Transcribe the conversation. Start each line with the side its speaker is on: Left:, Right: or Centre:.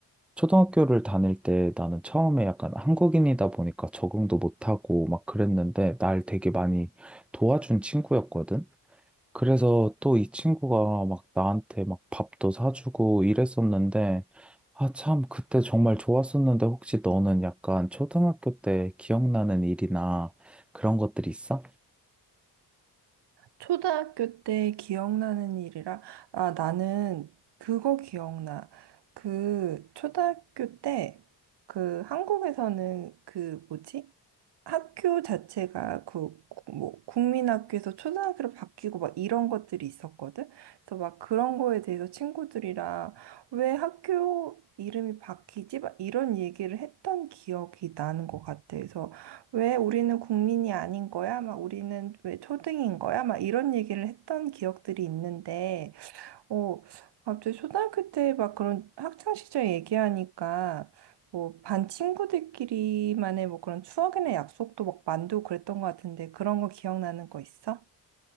Centre: 초등학교를 다닐 때 나는 처음에 약간 한국인이다 보니까 적응도 못하고 막 그랬는데, 날 되게 많이 도와준 친구였거든. 그래서 또 이 친구가 막 나한테 막 밥도 사주고 이랬었는데, 아, 참, 그때 정말 좋았었는데, 혹시 너는 약간 초등학교 때 기억나는 일이나 그런 것들 있어?
Right: 초등학교 때 기억나는 일이라, 아, 나는 그거 기억나. 그, 초등학교 때, 그, 한국에서는 그, 뭐지? 학교 자체가 그, 뭐, 국민학교에서 초등학교로 바뀌고 막 이런 것들이 있었거든? 그래서 막 그런 거에 대해서 친구들이랑 왜 학교 이름이 바뀌지? 막 이런 얘기를 했던 기억이 나는 것 같아. 그래서 왜 우리는 국민이 아닌 거야? 막 우리는 왜 초등인 거야? 막 이런 얘기를 했던 기억들이 있는데 어, 갑자기 초등학교 때 막 그런 학창 시절 얘기하니까 뭐 반 친구들끼리만의 뭐 그런 추억이나 약속도 막 만들고 그랬던 것 같은데 그런 거 기억나는 거 있어?